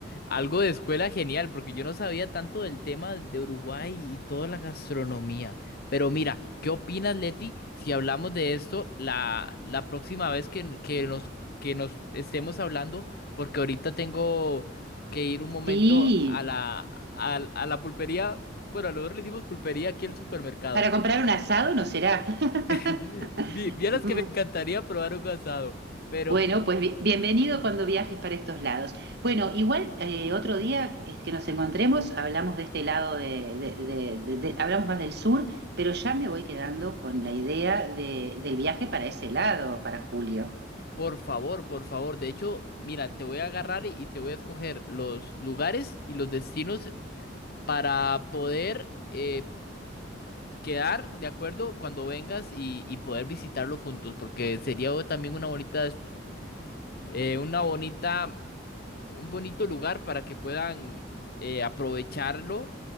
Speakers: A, on the left; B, on the right.
A: Algo de escuela genial, porque yo no sabía tanto del tema de Uruguay y toda la gastronomía. Pero mira, ¿qué opinas, Leti, si hablamos de esto la, la próxima vez que, que nos, que nos estemos hablando? Porque ahorita tengo que ir un momento
B: sí,
A: a la, a, a la pulpería. Bueno, nosotros le decimos pulpería aquí al supermercado.
B: para comprar un asado no será. <laughs>
A: <laughs> Vi- Vieras
B: Mm,
A: que me encantaría probar un asado, pero
B: Bueno, pues bi- bienvenido cuando viajes para estos lados. Bueno, igual eh, otro día es que nos encontremos, hablamos de este lado de, de- de- de- de- hablamos más del sur, pero ya me voy quedando con la idea de- del viaje para ese lado, para julio.
A: Por favor, por favor. De hecho, mira, te voy a agarrar y y te voy a escoger los lugares y los destinos para poder eh, quedar de acuerdo cuando vengas y, y poder visitarlos juntos, porque sería o- también una bonita, es- eh, una bonita, un bonito lugar para que puedan eh, aprovecharlo.